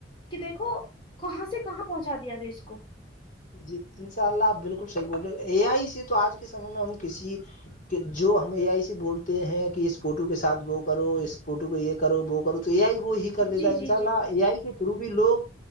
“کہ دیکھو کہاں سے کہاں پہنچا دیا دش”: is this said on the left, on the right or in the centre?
Left